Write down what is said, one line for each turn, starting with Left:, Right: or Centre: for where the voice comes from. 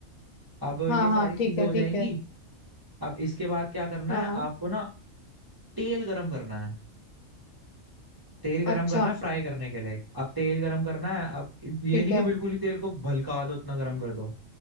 Right: अब
Left: हाँ
Right: ये
Left: हाँ
Right: सारी चीजें
Left: ठीक है
Right: हो
Left: ठीक
Right: जाएंगी
Left: है
Right: अब इसके बाद क्या करना
Left: हाँ
Right: है आपको ना तेल गरम करना है तेल गरम
Left: अच्छा
Right: करना है फ्राई करने के लिए अब तेल गरम करना है अब ये
Left: ठीक
Right: नहीं
Left: है
Right: कि बिल्कुल ही तेल को भलका दो इतना गरम कर दो